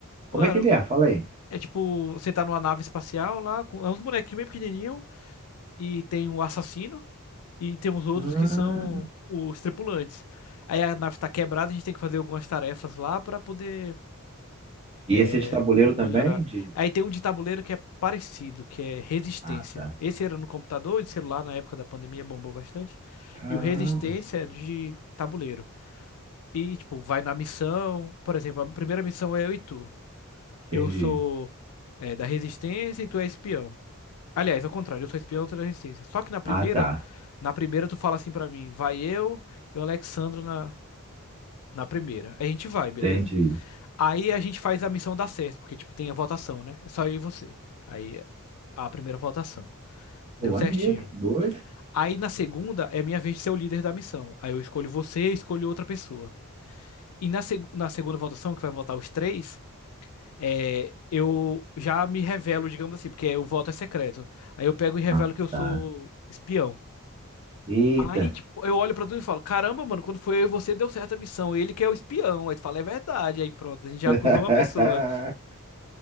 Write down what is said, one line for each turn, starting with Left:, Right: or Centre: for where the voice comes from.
Right: Como
Left: Mano,
Right: é que ele é? Fala aí.
Left: é tipo, você tá numa nave espacial lá, com é uns bonequinhos bem pequenininhos, e tem um assassino, e tem uns outros
Right: Ah,
Left: que são os tripulantes. Aí a nave tá quebrada, a gente tem que fazer algumas tarefas lá pra poder
Right: e
Left: é,
Right: esse é de tabuleiro também?
Left: melhorar.
Right: De...
Left: Aí tem um de tabuleiro que é parecido, que é Resistência.
Right: Ah, tá.
Left: Esse era no computador e de celular na época da pandemia bombou bastante.
Right: Caramba.
Left: E o Resistência é de tabuleiro. E, tipo, vai na missão. Por exemplo, a primeira missão é eu e tu. Eu
Right: Entendi.
Left: sou é, da Resistência e tu é espião. Aliás, ao contrário, eu sou espião, tu é da Resistência. Só que na primeira,
Right: Ah, tá.
Left: na primeira tu fala assim pra mim, vai eu e o Alexandro na, na primeira. Aí a gente vai, beleza?
Right: Entendi.
Left: Aí a gente faz a missão dar certo, porque, tipo, tem a votação, né? É só eu e você. Aí a primeira votação. Deu
Right: Pô, maneiro,
Left: certinho.
Right: que doido.
Left: Aí na segunda é minha vez de ser o líder da missão. Aí eu escolho você, escolho outra pessoa. E na, seg na segunda votação, que vai votar os três. é, eu já me revelo, digamos assim, porque o voto é secreto. Aí eu pego e revelo
Right: Ah,
Left: que eu sou
Right: tá.
Left: espião.
Right: Eita.
Left: Aí, tipo, eu olho pra tudo e falo, caramba, mano, quando foi eu e você, deu certo a missão. Ele que é o espião. Aí tu fala, é verdade. Aí pronto, a gente já
Right: <laughs>
Left: acusou uma pessoa.